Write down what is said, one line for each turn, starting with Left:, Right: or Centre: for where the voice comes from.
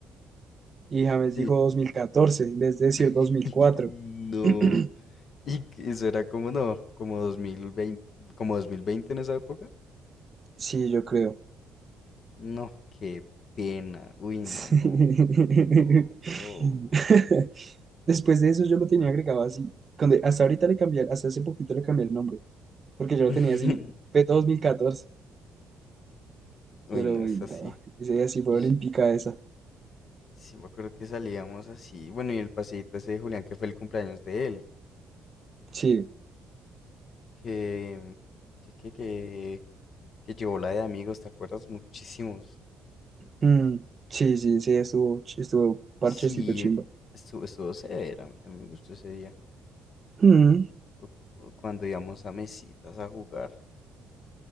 Right: Y James
Left: sí,
Right: dijo 2014 en vez de decir dos
Left: <laughs>
Right: mil cuatro
Left: No.
Right: <clears throat>
Left: Y que eso era como no, como dos mil veinte como dos mil veinte en esa época.
Right: Sí, yo creo.
Left: No, qué pena. Uy, no,
Right: Sí. <laughs>
Left: no, no.
Right: Después de eso yo lo tenía agregado así. cuando- hasta ahorita le cambié, hasta hace poquito le cambié el nombre, porque yo lo
Left: <laughs>
Right: tenía así, fue dos mil catorce
Left: Uy,
Right: pero
Left: no
Right: uy,
Left: es
Right: no,
Left: así.
Right: ese día sí fue
Left: Yo
Right: olímpica
Left: sí,
Right: esa.
Left: sí me acuerdo que salíamos así. Bueno, y el paseíto ese de Julián que fue el cumpleaños de él,
Right: Sí,
Left: que que que que, que llevó la de amigos, ¿te acuerdas? Muchísimos.
Right: mm, sí, sí, sí, estuvo, estuvo parchecito
Left: Sí,
Right: chimba.
Left: estuvo estuvo severa. A mí me gustó ese día.
Right: Mm,
Left: O- o Cuando íbamos a mesitas a jugar.